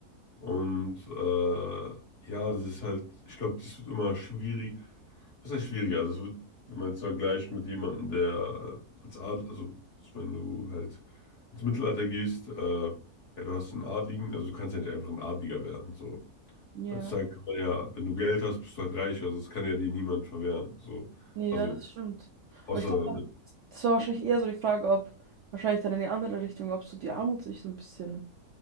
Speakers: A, on the left (about 50°); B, on the right (about 65°).
A: Und äh, ja, das ist halt, ich glaube, das wird immer schwierig. Was heißt schwieriger? Also es wird, wenn man es vergleicht mit jemandem, der äh, als Adel, also wenn du halt ins Mittelalter gehst, äh, ja, du hast einen Adligen, also du kannst ja nicht einfach ein Adliger werden. So,
B: Ja,
A: Heutzutage kann man ja, wenn du Geld hast, bist du halt reich. Also das kann ja dir niemand verwehren. So.
B: nee,
A: Also
B: ja, das stimmt.
A: außer,
B: Aber ich glaube, Das war wahrscheinlich eher so die Frage, ob wahrscheinlich dann in die andere Richtung, ob so die Armut sich so ein bisschen,